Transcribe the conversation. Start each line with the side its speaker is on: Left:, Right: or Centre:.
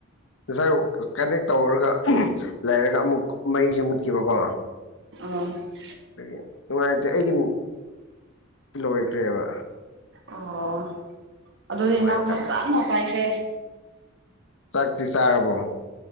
Left: ꯋꯥꯏꯐꯥꯏꯁꯦ ꯀꯅꯦꯛ ꯇꯧꯔꯒ ꯂꯩꯔꯒ ꯑꯃꯨꯛ ꯃꯩꯁꯨ ꯃꯨꯠꯈꯤꯕꯀꯣ
Right: ꯑꫭ
Left: ꯑꯗꯒꯤ ꯅꯨꯡꯉꯥꯏꯇꯦ ꯑꯩꯒꯤ ꯂꯣꯏꯈ꯭ꯔꯦꯕ
Right: ꯑꯣ ꯑꯗꯨꯗꯤ
Left: ꯅꯨꯡꯉꯥꯏꯇꯕꯅꯤ
Right: ꯅꯪ ꯐꯖꯅ ꯄꯥꯏꯈ꯭ꯔꯦ
Left: ꯆꯥꯛꯇꯤ ꯆꯥꯔꯕꯣ